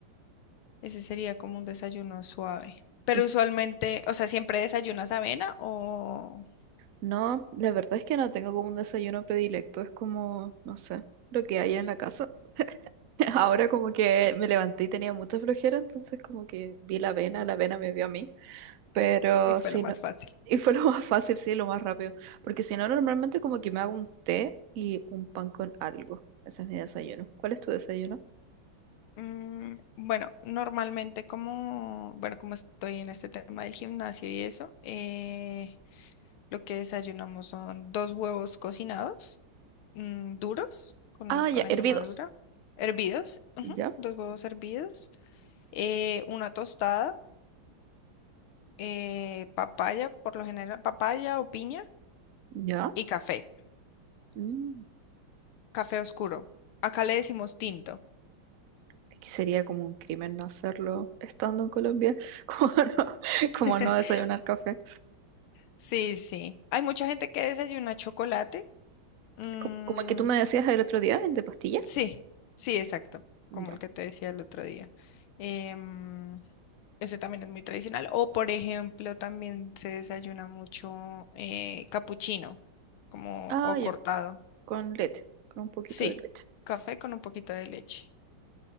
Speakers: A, on the left; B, on the right.
A: Ese sería como un desayuno suave. Pero
B: Y-
A: usualmente, o sea, ¿siempre desayunas avena o...?
B: No, la verdad es que no tengo como un desayuno predilecto, es como, no sé, lo que haya en la casa. <laughs> Ahora como que me levanté y tenía mucha flojera, entonces como que vi la vena, la vena me vio a mí, pero
A: Y fue
B: si
A: lo más
B: no,
A: fácil.
B: y fue lo <laughs> más fácil, sí, lo más rápido, porque si no, normalmente como que me hago un té y un pan con algo. Ese es mi desayuno. ¿Cuál es tu desayuno?
A: Mm, bueno, normalmente como, bueno, como estoy en este tema del gimnasio y eso, eh, lo que desayunamos son dos huevos cocinados, mm, duros, con,
B: Ah,
A: el-
B: ya,
A: con la
B: hervidos.
A: yema dura, hervidos, ujú,
B: ¿Ya?
A: dos huevos hervidos, eh, una tostada, eh, papaya, por lo general, papaya o piña
B: ¿Ya?
A: y café,
B: Mm,
A: café oscuro. Acá le decimos tinto.
B: Es que sería como un crimen no hacerlo estando en Colombia, <laughs> como no, como
A: <laughs>
B: no desayunar café.
A: Sí, sí. Hay mucha gente que desayuna chocolate. mm,
B: Co- Como el que tú me decías el otro día, el de pastilla.
A: Sí, sí, exacto,
B: Ya.
A: como el que te decía el otro día. Em, ese también es muy tradicional. O, por ejemplo, también se desayuna mucho eh, capuchino, como
B: Ah,
A: o
B: ya.
A: cortado.
B: con leche, con un poquito
A: Sí,
B: de leche.
A: café con un poquito de leche.